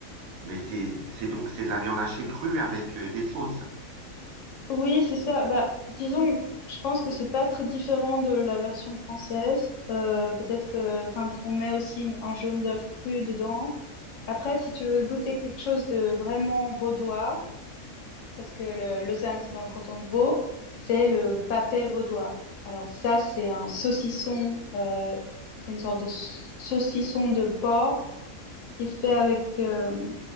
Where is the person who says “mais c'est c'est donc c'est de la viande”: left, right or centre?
Right